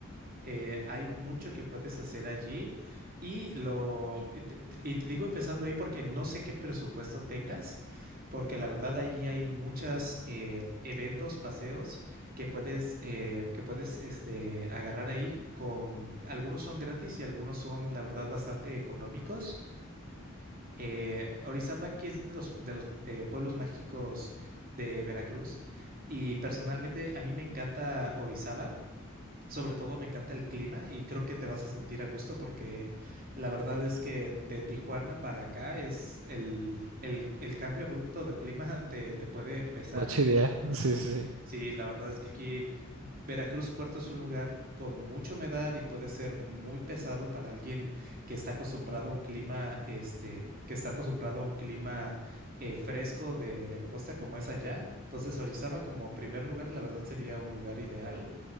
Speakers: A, on the right; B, on the right.
A: Eh, hay mucho que puedes hacer allí y lo y te, y te digo empezando ahí porque no sé qué presupuesto tengas, porque la verdad allí hay muchos eventos, paseos que puedes eh, que puedes este agarrar ahí con algunos son gratis y algunos son la verdad bastante económicos. Eh, Orizaba aquí es de los de los eh, pueblos mágicos de Veracruz y personalmente a mí me encanta Orizaba. Sobre todo me encanta el clima y creo que te vas a sentir a gusto porque la verdad es que de Tijuana para acá es el, el, el cambio abrupto de clima <laughs> te, te puede pesar.
B: Noche idea. Sí, sí, sí.
A: Sí, la verdad es que aquí Veracruz Puerto es un lugar con mucha humedad y puede ser muy pesado para alguien que está acostumbrado a un clima, este, que está acostumbrado a un clima eh, fresco de, de costa como es allá. Entonces, Orizaba como primer lugar, la verdad sería un lugar ideal.